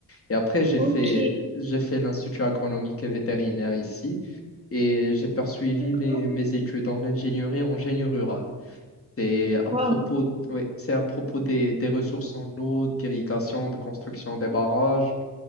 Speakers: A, on the left; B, on the right.
A: Et après, j'ai
B: Ok,
A: fait j'ai fait l'Institut agronomique et vétérinaire ici et j'ai poursuivi
B: d'accord.
A: mes, mes études en ingénierie en génie rural. C'est à
B: Wow.
A: propos, oui, c'est à propos des, des ressources en eau, d'irrigation, de construction des barrages.